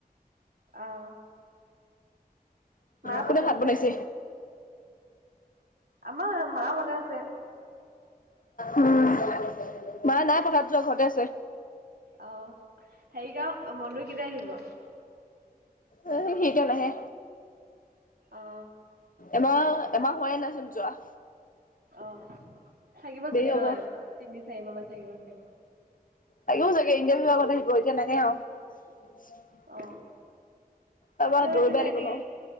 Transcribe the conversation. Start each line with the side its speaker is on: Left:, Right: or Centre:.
Right: অঁ! মা
Left: কোনে
Right: পথাৰ
Left: ভাত
Right: গৈছে
Left: বনাইছে
Right: নেকি? আমাৰ মা বনাইছে।
Left: উম মায় নাই পথাৰ যোৱা ঘৰতে আছে।
Right: অ'। হেৰি গাওঁ মানুহ কেতিয়া আহিব‌?
Left: উ সি এতিয়া নাহে,
Right: অ
Left: এমাৰ এমাহ হোৱা নাইচোন যোৱা
Right: অ থাকিব
Left: দেৰি
Right: চাগে
Left: হ'ব
Right: নয় তিনি চাৰি মাহ মান থাকিব চাগে।
Left: লাগিবও চাগে ইণ্টিয়াৰ বিভাগত আহিব এতিয়া আৰু
Right: অ'।
Left: তাৰপৰা
Right: ভালে হৈছে
Left: দৌৰবাৰিক
Right: দে এনেকে।
Left: ন